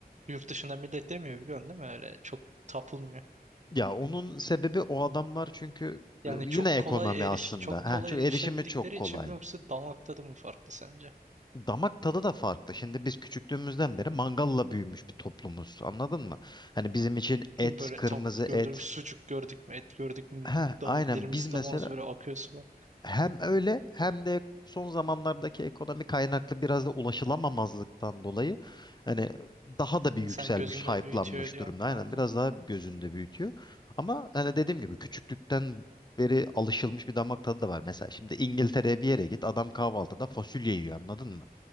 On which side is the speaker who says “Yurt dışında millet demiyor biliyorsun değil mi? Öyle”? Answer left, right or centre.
Right